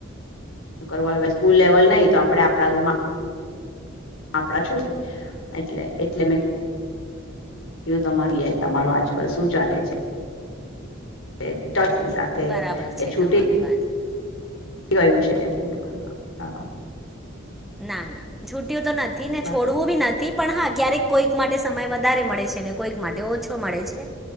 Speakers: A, on the left (about 70°); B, in the centre.
A: શું કરવા સ્કૂલ લેવલ નહી તો આપણે આપણા ઘરમાં આપડા છું. છે. એટલે એટલે મેં એ તમારી એ તમારો આજકાલ શું ચાલે છે. ઑચોસની સાથે
B: બરાબર
A: કે
B: છે
A: છુટી
B: તમારી
A: <unintelligible>
B: વાત
A: યું છે. <unintelligible> એ ફોન કર્યો હા
B: ના ના છૂટ્યું તો નથી ને
A: બાકી
B: છોડવું બી નથી પણ હા ક્યારેક. કોઈક માટે સમય વધારે મળે છે. કોઈક માટે ઓછો મળે છે.